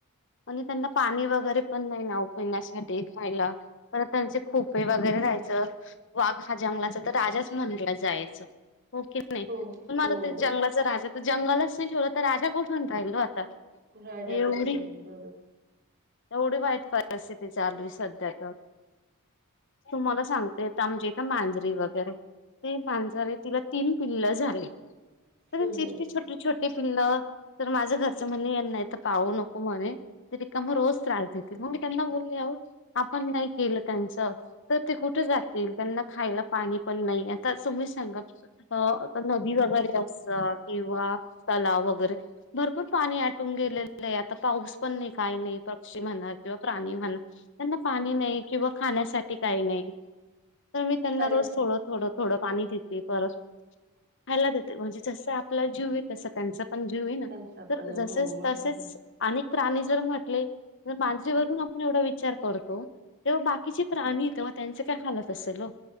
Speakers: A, on the left (about 55°); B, on the right (about 45°).
A: आणि त्यांना पाणी वगैरे पण नाही ना उपण्यासाठी महिला पर त्यांचे खोपे वगैरे राहायचं. वाघ हा जंगलाचा तर राजाच म्हणला जायचं हो की नाही
B: हो
A: मझ
B: हो
A: ते जंगलाचा राजा तर जंगलाच नाही ठेवला तर राजा कुठून राहिलो आता!
B: राजा
A: एवढी
B: कुटुंब बरोबर
A: एवढी वाईट परिस्थिती चालू आहे सध्या तर तुम्हाला सांगते य म्हणजे का मांजरी वगैरे. ते मांजारे तिला तीन पिल्ल झाले तर
B: हम्म हम्म
A: छोटे छोटे पिल्लं तर माझं घरचं म्हणणे यांना इथ पाहू नको म्हणे तरी का म रोज त्रास देतील मग मी त्यांना बोलले आह आपण नाही केलं त्यांचं तर ते कुठे जातील त्यांना खायला पाणी पण नाही आता तुम्ही सांगा आता नदी वगैरे असत किंवा तलाव वगैरे. भरपूर पाणी आटून गेलेलं आहे आता पाऊस पण नाही काही नाही पक्षी म्हणा किंवा प्राणी म्हणा त्यांना पाणी नाही किंवा खाण्यासाठी काही नाही तर मी त्यांना
B: ठाण्यास
A: रोज थोडं-थोडं-थोडं पाणी देते परत खायला देते म्हणजे जस आपला जीव आहे तसं त्यांच पण जीव है ना
B: त्यांचा
A: तर
B: पण आहे
A: जसेच,
B: हो बरोबर
A: तसेच
B: आहे.
A: अनेक प्राणी जर म्हटले जर मांजरीवरून आपण एवढा विचार करतो, तेव्हा बाकीचे प्राणी तेव्हा त्यांचे काय हालत असेल हो,